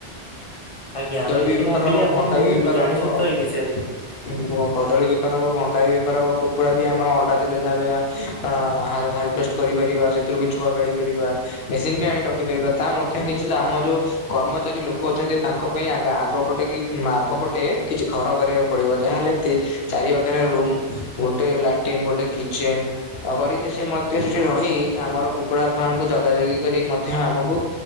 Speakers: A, on the left; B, on the left.
A: ଆଜ୍ଞା
B: କଦଳୀ
A: ମୁଁ
B: ବି
A: ତ
B: ବେପାର
A: ଭାବିଲି
B: ହବ
A: ଆପଣ
B: ଭଣ୍ଡା
A: ବହୁତ
B: ବି ବେପାର
A: ଜାଣିଛନ୍ତି
B: ହବ।
A: ତ ଏଇ ବିଷୟରେ
B: ଉଁ ନୁହଁ କଦଳୀ ବେପାର ହବ ଭଣ୍ଡା ବି ବେପାର ହବ କୁକୁଡ଼ା ବି ଆମର ଅଣ୍ଡା ଦେଲେ ଯାହା ବି ଆ ହା ହାର ହାରଭେଷ୍ଟ କରିପାରିବା ସେଥିରୁ ବି ଛୁଆ କାଢ଼ି ପାରିବା। ମେସିନ ବି ଆଣି ରଖି ପାରିବା ତା ମଧ୍ୟ କିଛି ଆମ ଯୋଉ କର୍ମଚାରୀ ଲୋକ ଅଛନ୍ତି ତାଙ୍କ ପାଇଁ ଆଗ ଆଗ ପଟେ କି ମାଗ ପଟେ କିଛି ଘର କରିବାକୁ ପଡ଼ିବ ଯାହା ହେଲେ ତି ଚାରି ବଖରା ରୁମ୍ ଗୋଟେ ଲାଟିନ୍ ଗୋଟେ କିଚେନ୍ ଅ କରିକି ସେ ମଧ୍ୟ ସେଠି ରହି ଆମର କୁକୁଡ଼ା ଫାର୍ମକୁ ଯଗାଯଗି କରି ମଧ୍ୟ ଆମକୁ